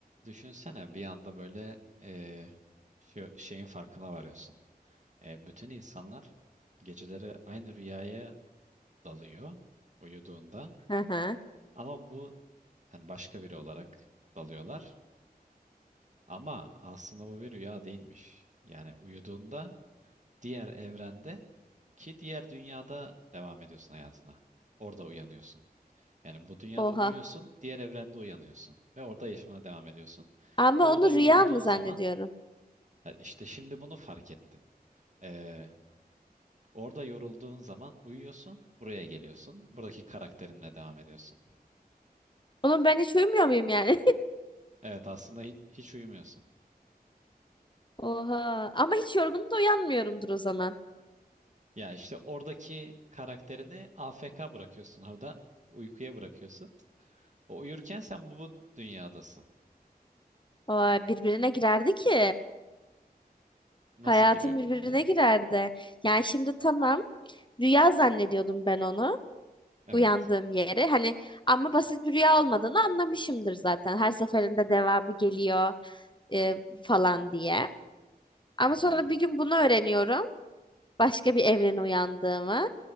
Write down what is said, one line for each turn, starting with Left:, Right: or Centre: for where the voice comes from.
Right: Düşünsene bir anda böyle eee, şu şeyin farkına varıyorsun. Eee, bütün insanlar geceleri aynı rüyaya dalıyor uyuduğunda
Left: Hı hı.
Right: ama bu hani başka biri olarak dalıyorlar. Ama aslında bu bir rüya değilmiş. Yani uyuduğunda diğer evrende ki diğer dünyada devam ediyorsun hayatına. Orada uyanıyorsun. Yani bu dünyada
Left: Oha.
Right: uyuyorsun, diğer evrende uyanıyorsun ve orada yaşamına devam ediyorsun.
Left: Ama
Right: Orada
Left: onu
Right: yorulduğun
Left: rüya mı zannediyorum?
Right: zaman Ha, İşte şimdi bunu fark ettin. Ee, orada yorulduğun zaman uyuyorsun, buraya geliyorsun. Buradaki karakterinle devam ediyorsun.
Left: Oğlum ben hiç uyumuyor muyum yani?
Right: Evet aslında hiç, hiç uyumuyorsun.
Left: <laughs> Oha. Ama hiç yorgun da uyanmıyorumdur o zaman.
Right: Ya işte oradaki karakterini AFK bırakıyorsun orada. Uykuya bırakıyorsun. O uyurken sen bu, bu dünyadasın.
Left: Aa, birbirine girerdi ki.
Right: Nasıl
Left: Hayatım
Right: giriyor
Left: birbirine
Right: birbirine?
Left: girerdi. Yani şimdi tamam. Rüya zannediyordum ben onu.
Right: Evet.
Left: Uyandığım yeri. Hani ama basit bir rüya olmadığını anlamışımdır zaten. Her seferinde devamı geliyor e, falan diye. Ama
Right: Hı
Left: sonra
Right: hı.
Left: bir gün bunu öğreniyorum. Başka bir evrene uyandığımı.